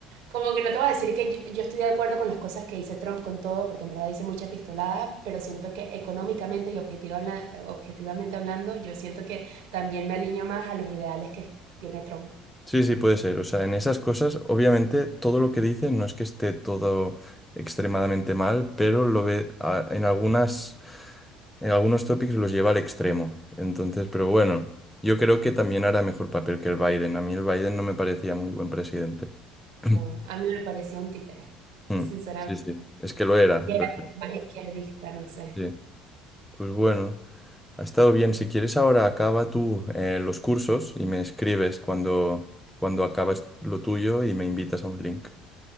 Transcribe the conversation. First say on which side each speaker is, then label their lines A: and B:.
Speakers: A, on the right; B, in the centre.
A: como que no te voy a decir que yo, yo estoy de acuerdo con las cosas que dice Trump, con todo, porque en verdad dice mucha pistolada, pero siento que económicamente y objetiva habla- objetivamente hablando, yo siento que también me alineo más a los ideales que tiene Trump.
B: Sí, sí, puede ser. O sea, en esas cosas, obviamente, todo lo que dice no es que esté todo extremadamente mal, pero lo ve a- en algunas, en algunos tópicos los lleva al extremo. Entonces, pero bueno, yo creo que también hará mejor papel que el Biden. A mí el Biden no me parecía muy buen presidente. <clears throat>
A: No, A mí me parecía un títere,
B: Mm,
A: sinceramente.
B: Sí, sí, es que lo era,
A: Y
B: lo
A: era
B: era.
A: más izquierdista, no sé.
B: Sí, pues bueno, ha estado bien. Si quieres, ahora acaba tú eh, los cursos y me escribes cuando, cuando acabas lo tuyo y me invitas a un link.